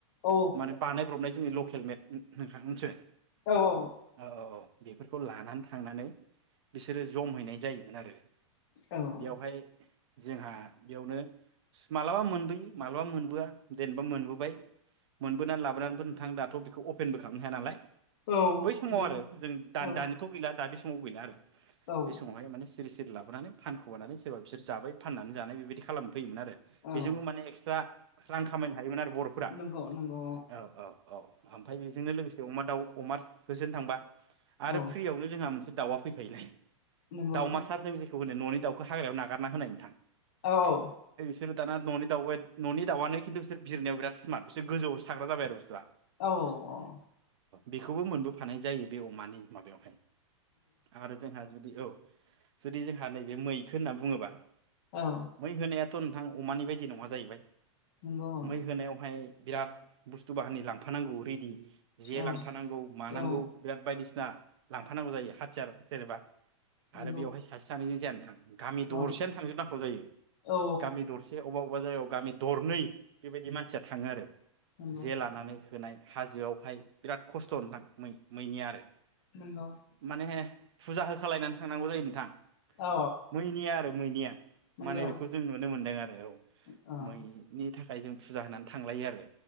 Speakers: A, on the left; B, on the right.
A: औ
B: माने बानायब्रबनाय जोंनि लखे हेलमेट नोंथां मिथिबाय
A: औ
B: औ औ औ बेफोरखौ लानानै थांनानै बिसोरो जमहैनाय जायो आरो
A: औ
B: बेयावहाय
A: औ
B: जोंहा बेयावनो मालाबा मोनबोयो मालाबा मोन मोनबोआ देनबा लाबोबाय मोनबोनानै लाबोनानै नोंथां दाथ' बेखौ अपेनबो खालामनो हाया नालाय
A: औ
B: बै समाव
A: नंगौ
B: आरो जों दा
A: औ
B: दान दानोथ' गैला दा बे समाव समाव गैला आरो
A: औ
B: बे समावहाय माने सिरि सिरि लाबोनानै फानखुमानानै सोरबा बिसोर जाबाय फाननानै जानाय बेबायदि खालाम फैयोमोन आरो
A: औ
B: बेजोंबो माने एक्सट्रा रां खामायनो हायोमोन आरो फ्रा
A: नंगौ नंगौ
B: औ औ औ आमफ्राय बे जोंनो लोगोसे अमा दाउ अमा होसोनो थांबा आरो
A: औ
B: फ्रियावनो जोंहा मोनसे दाउआ फैफायोलाय
A: नंगौ
B: दावमासार जों जेखौ होनो न'नि दाउखौ हाग्रायाव नागारना होनाय नोंथां
A: औ औ
B: बिसोर दाना न'नि दाउबाय न'नि दाउआानो खिन्थु बिसोर बिजिरनायाव बिराद स्मारट बिसोर गोजौआवसो थाग्राजाबाय आरो बुसथुआ
A: औ औ
B: बेखौबो मोनबोफानाय जायो बे अमानि माबायावहाय आरो जोंहा जुदि औ जुदि जोंहा नैबे मैखो होनना बुङोबा
A: औ
B: मै होनाया थ दाथ' नोंथां अमानि बायदि नङा जाहैबाय
A: नंगौ औ
B: मै होनायावहाय बिराद बुस्थु बाहानि लांफानांगौ ओरै जे
A: औ
B: लांफानांगौ मानांगौ
A: औ
B: बिराद बायदिसिना लांफानांगौ जायो हाजार जेनेबा
A: नंगौ
B: आरो बेवहाय सासे सानैजों जाया नोंथां गामि दरसेयानो
A: औ
B: थांजोबनांगौ जायो
A: औ
B: गामि दरसे अबाव बबेबा जायगायाव गामि दरनै बेबायदि मानसिया थाङो आरो
A: नंगौ
B: जे लानानै होनाय हाजोआवहाय बिराद खस्थ' नोंथां मै मैनिया आरो
A: नंगौ
B: माने फुजा होखालायनानै थांनांगौ जायो नोंथां
A: औ
B: मैनिया आरो मैनिया
A: नंगौ
B: माने
A: औ
B: बेखौ जों नुनो मोनदों आरो औ
A: औ
B: मैनि था खायजों फुजा होनानै थांलायो आरो